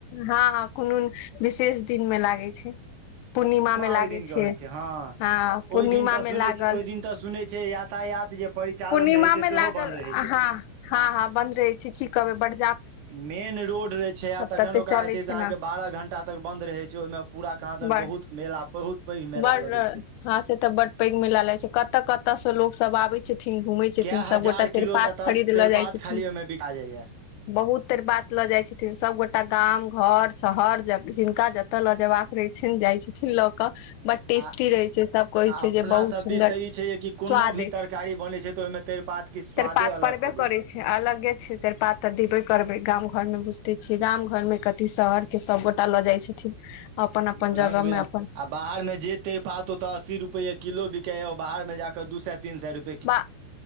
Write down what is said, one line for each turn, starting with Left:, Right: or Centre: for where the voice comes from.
Left: हँ हँ कोनो विशेष दिन मे लागै छै पूर्णिमा मे लागै
Right: ओहि दिन के
Left: छै
Right: होइ हँ
Left: हँ पूर्णिमा
Right: ओहि दिन तऽ
Left: मे
Right: सुनै
Left: लागल
Right: छी ओहि दिन तऽ सुनै छै यातायात जे परिचालन
Left: पूर्णिमा
Right: रहै
Left: में
Right: छै
Left: लागल
Right: सेहो बन्द रहै छै
Left: हँ हँ हँ बन्द रहे छै की कहबै बड्ड
Right: मेन रोड रहै छै आ तखन
Left: तते
Right: ओका
Left: चले
Right: जे छै अहाँ
Left: ने
Right: बारह घण्टा तक बंन्द रहै छै ओहिमे पूरा कहाँ त
Left: बड
Right: बहुत मेला बहुत पैघ मेला
Left: बड
Right: लगै छै
Left: हँ से तऽ बड्ड पैघ मेला लागै छै कतऽ कत से लोक सब आबे छथिन घुम छै छथिन
Right: कए हजार
Left: सबगोटा त्रिपात
Right: किलो तऽ तर
Left: खरीद
Right: तेरपात
Left: लऽ जाइ छथिन
Right: खाली ओहिमे बिका जाइया
Left: बहुत तेरपात लऽ जाय छथिन सबगोटा गाम घर शहर जिनका जतऽ लऽ जयबा करै छ जाइ छथिन लऽ कऽ बड टेस्टी
Right: आ
Left: रहै छै सब कहै
Right: आ अपना
Left: छै जे बहुत
Right: सब दिस
Left: सुन्दर
Right: तऽ ई छै जे कि कोनो
Left: स्वाद
Right: भी
Left: अछि
Right: तरकारी बनै छै तऽ ओहिमे तेरपात के स्वादे
Left: तेर पात
Right: अलग
Left: पड़बे
Right: कऽ
Left: करै
Right: दै
Left: छै अलगे छै तेर पात तऽ देबे करबै गाम घरमे बुझिते छियै गाम घर मे कथी शहर के सब गोटा लऽ जाइ छथिन अपन अपन
Right: रंग
Left: जगहमे
Right: बिरंग
Left: अपन
Right: आ बाहर मे जे तरपत असी रुपय किलो बिकेया बाहर मे ज के दू सए तीन सए रुप
Left: बा